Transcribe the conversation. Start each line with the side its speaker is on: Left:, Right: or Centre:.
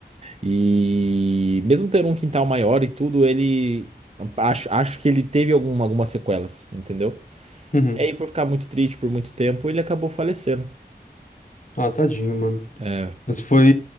Right: E mesmo ter um quintal maior e tudo, ele acho, acho que ele teve algum, algumas sequelas, entendeu?
Left: Uhum.
Right: E aí, por ficar muito triste por muito tempo, ele acabou falecendo.
Left: Ah, tadinho, mano.
Right: É.
Left: Mas foi.